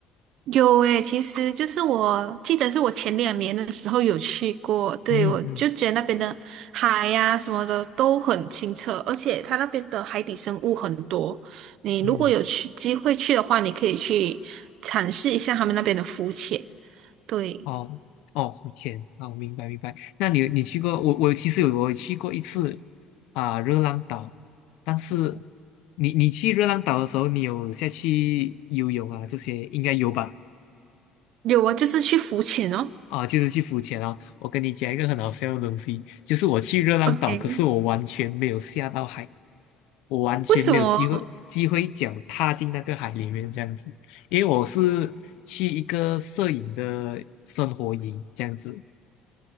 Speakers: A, on the right; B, on the left.
A: 有诶，其实就是我记得是我前两年的时候有去过，对，
B: 嗯嗯
A: 我就觉得那边的海呀、什么的都很清澈，而且它那边的海底生物很多。你如果有去机会去的话，
B: 嗯。
A: 你可以去尝试一下他们那边的浮潜。对，
B: 哦哦，浮潜啊，我明白明白。那你你去过我我其实有我去过一次啊、热浪岛，但是你你去热浪岛的时候，你有下去游泳啊这些应该有吧？
A: 有啊，就是去浮潜哦。
B: 啊，就是去浮潜啊。我跟你讲一个很好笑的东西，就是我去热浪岛，
A: OK，
B: 可是我完全没有下到海，我完全没有机会机会脚踏进那个海里面这样子，
A: 为什么？
B: 因为我是去一个摄影的生活营这样子。